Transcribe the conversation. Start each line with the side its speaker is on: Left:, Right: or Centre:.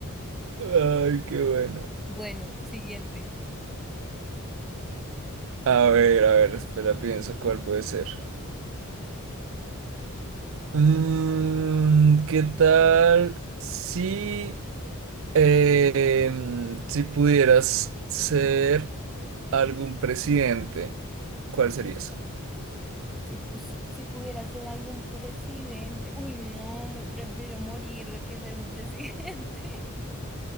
Right: Ay, qué bueno.
Centre: Bueno, siguiente.
Right: A ver, a ver, espera, pienso cuál puede ser. Mm, ¿qué tal si, em, si pudieras ser algún presidente? ¿Cuál serías?
Centre: Si, pus- si pudiera ser algún presidente. Uy, no, me prefiero morir que ser un presidente.